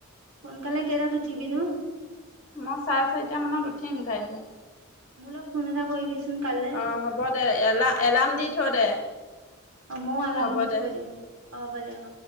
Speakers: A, on the right (about 75°); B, on the left (about 35°).
A: সোনকালে কেইটাত উঠিবিনো
B: মই চাৰে চাৰিটা মানত উঠিম কাইলে।
A: মোলৈ ফোন এটা কৰিবিচোন কাইলৈ
B: অ হ'ব দে, এল এলাৰ্ম দি থৈ দে।
A: অ মইয়ো এলাম
B: হ'ব
A: দি থৈ
B: দে
A: দিওঁ। অ হ'ব দে। অ।